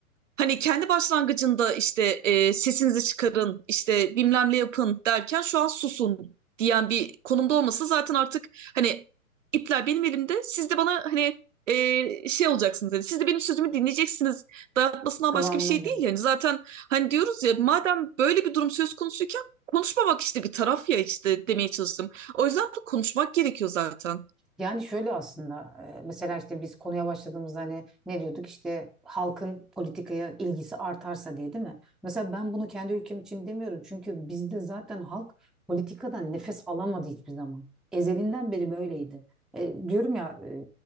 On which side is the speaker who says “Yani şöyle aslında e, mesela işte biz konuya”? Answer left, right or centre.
Centre